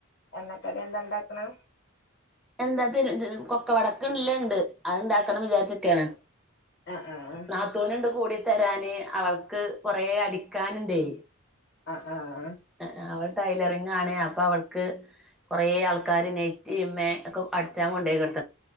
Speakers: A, on the left; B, in the centre.
A: എണ്ണക്കടി എന്താ ഇണ്ടാക്കണെ?
B: എന്താ <unintelligible> കൊക്ക വടക്കുള്ളെ ഉണ്ട് അത്ണ്ടാക്കണം ന്ന് വിചാരിച്ചിരിക്കാണ്.
A: ആഹ് ആഹ്
B: നാത്തൂന്ണ്ട് കൂടി തരാന് അവൾക്ക് കൊറേ അടി കാനുണ്ടേ
A: ആഹ് ആഹ്
B: ആഹ് ആ അവൾ ടൈലറിങ് ആണ് പ്പാവൾക്ക് ക്ക് കുറെ ആൾക്കാര് നൈറ്റി മേ ഒക്കെ അടിച്ചാ കൊണ്ടേയിക്കണ്